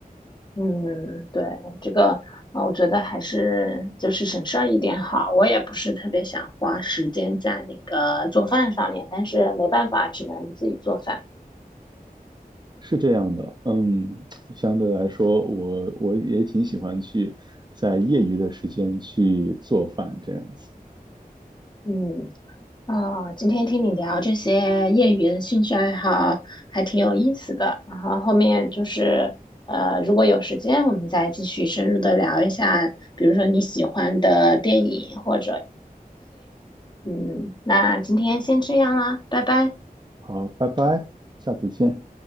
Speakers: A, on the left; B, on the right.
A: 嗯，对，这个，啊，我觉得还是就是省事儿一点好。我也不是特别想花时间在那个做饭上面，但是没办法，只能自己做饭。
B: 是这样的。嗯，相对来说，我我也挺喜欢去在业余的时间去做饭这样子。
A: 嗯，啊、今天听你聊这些业余的兴趣爱好，还挺有意思的。然后后面就是，呃，如果有时间，我们再继续深入的聊一下，比如说你喜欢的电影或，嗯，那今天先这样啦，拜拜。
B: 好，拜拜，下次见。